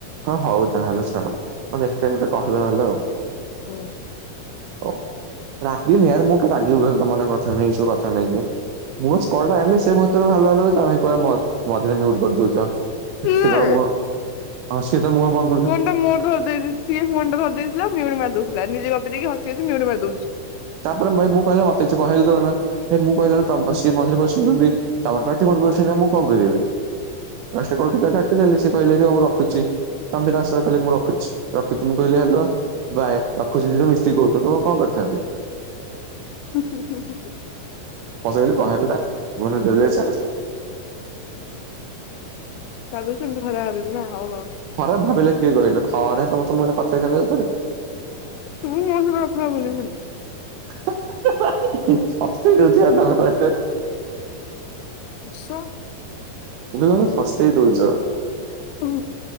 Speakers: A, on the right; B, on the left.
A: ହଁ ହଉ ତାହେଲେ ଛାଡ ହଁ ନେଷ୍ଟ ଟାଇମ କହିବେ ନହେଲେ ଆଉ।
B: ହୁଁ।
A: ଓ ରାଗିନି ଇଆର ମୁଁ ରାଗିବ କହିଲ ତମ ମାନଙ୍କ କଥା ନେଇକି ସବୁ କଥା ନେଇକି। ମୁଁ ଅଛି କଲଟା କାଟିଲେ ସେ ମୋତେ ହାଲୋ ହାଲୋ ତମେ କୁଆଡେ ମଝିରେ ମିଉଟ କରିଦଉଚ। <unintelligible>
B: ସିଏ ଫୋନ ଟା ମୋର ଧରି ଦେଇ ସିଏ ଫୋନଟା ଧରି ଦେଇଥିଲା ମିଉଟ ମାରି ଦଉଥିଲା ନିଜେ ଗପି ଦେଇକି ହସି ହସି ମିଉଟ ମାରି ଦଉଛି।
A: ତାପରେ ଭାଇ ମୁଁ କହିଲେ ମତେ କିଛି କହେଦୋଉନ। ଇବେ ମୁଁ କହିଲା ବେଳକୁ ତମେବା ସିଏ ମିଝିରେ ପସୁଛନ୍ତି ତମର ପାଟିକରୁନ ସେ ଯାହା ମୁଁ କଣ କହିବିଏବେ। ଫାଷ୍ଟ କହିକି କାଟିଦେଲି ସେ କହିଲେକି ମୁଁ ରଖୁଛି। ତମେ ତାସହ କହିଲକି ମୁଁ ରଖୁଛି ରଖୁଛି ମୁଁ କହିଲି ହାଲୋ। ଭାଇ ରଖୁଛନ୍ତି ମିସିକି କହୁଚ ତମ କଣ କରିଥାନ୍ତି।
B: <unintelligible>
A: <unintelligible>
B: କାଲି ସେମିତି ଖରା ହବନିନା ହଉ ହଉ।
A: ଖରାପ ଭାବିଲେ କିଏ କହିଲ ଘରେ ସମସ୍ତେ ଅଛ ମୁଁ ପଚାରିଥାନ୍ତି ଆଉ ଥରେ।
B: ତୁ ମୋ ସହ କଥାହବୁନି ଫେର।
A: ହାଁ ହାଁ ହାଁ ହସେଇ ଦଉଚ ତମେ ମତେ।
B: ଆସ
A: ମୁୁମେ ମାନେ ଫସାଇ ଦଉଚ।
B: ହୁଁ